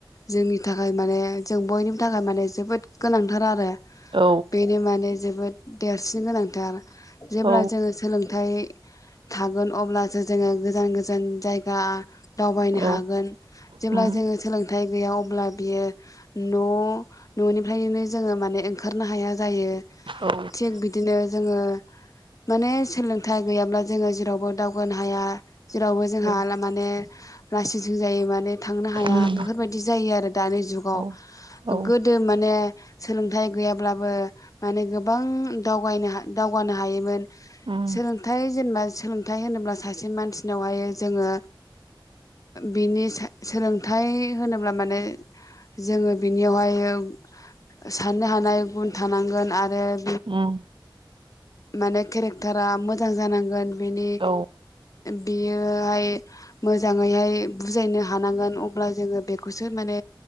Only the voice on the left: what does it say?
जोंनि थाखाय माने जों बयनिबो थाखाय माने जोबोद गोनांथार आरो।
बेनो माने जोबोद देरसिन गोनांथार। जेब्ला
जोङो सोलोंथाइ थागोन अब्लासो जोङो गोजान गोजान जायगा दावबायनो
हागोन जेब्ला
जोङो सोलोंथाइ गैया अब्ला बियो न' ननिफ्रायनो जोंङो माने ओंखारनायाव नो हाया जायो।
थिग बिदिनो जोङो माने सोलों थाइ गैयाब्ला जोङो जेरावबो दावगानो हाया। जेरावबो जोंहाआला
माने लासिंसिं जायो माने थांनो हाया
बेफोरबायदि जायो आरो दानि जुगाव
गोदो माने सोलोंथाइ गैयाब्लाबो माने गोबां दावगायनो दावगानो हायोमोन।
सोलोंथाइ जेनेबा सोलोंथाइ होनोब्ला सासे मानसिनावहायो जोङो बिनि सो-सोलोंथाइ होनोब्ला माने जोङो बिनियावहायो साननो हानाय गुन थानांगोन आरो <unintelligible>
माने केरेक्टारा मोजां जानांगोन। बेनि
बेयो <unintelligible> मोजाङैहाय बुजायनो हानांगोन अब्ला जोङो बेखौसो माने